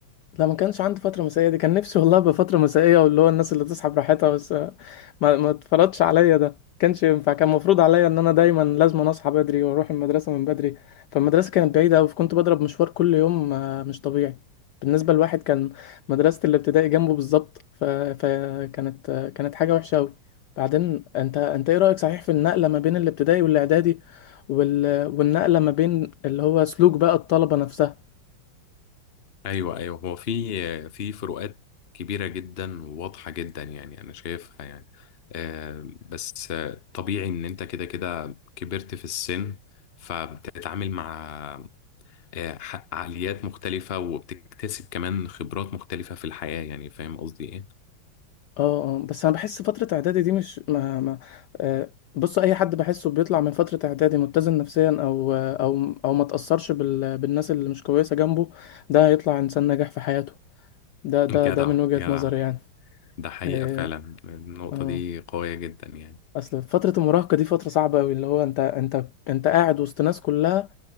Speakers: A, on the left (about 70°); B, on the left (about 35°).
A: لا ما كانش عندي فترة مسائية دي كان نفسي والله أبقى فترة مسائية واللي هو الناس اللي تصحى براحتها بس آه، ما ما اتفرضش عليا ده كانش ينفع كان المفروض عليا ان انا دايما لازم اصحى بدري واروح المدرسة من بدري فالمدرسة كانت بعيدة أوي فكنت بضرب مشوار كل يوم آه، مش طبيعي بالنسبة لواحد كان مدرسة الابتدائي جنبه بالظبط ف... فكانت آه، كانت حاجة وحشة أوي بعدين انت انت ايه رأيك صحيح في النقلة ما بين الابتدائي والاعدادي وال... والنقلة ما بين اللي هو سلوك بقى الطلبة نفسها
B: ايوه ايوه هو في في فروقات كبيره جدا وواضحه جدا يعني انا شايفها يعني آه، بس آه، طبيعي ان انت كده كده كبرت في السن فبتتعامل مع آه، ح- عقليات مختلفة وبتكتسب كمان خبرات مختلفة في الحياة يعني فاهم قصدي ايه؟
A: اه اه بس انا بحس فترة اعدادي دي مش ما ما آه بص اي حد بحسه بيطلع من فترة اعدادي متزن نفسيا او او او ما تأثرش بال بالناس اللي مش كويسة جنبه ده هيطلع انسان ناجح في حياته ده ده
B: جدع
A: ده من وجهة
B: جدع
A: نظري يعني
B: ده حقيقة
A: اه
B: فعلا النقطة
A: آه.
B: دي قوية جدا يعني
A: اصل فترة المراهقة دي فترة صعبة قوي اللي هو انت انت انت قاعد وسط ناس كلها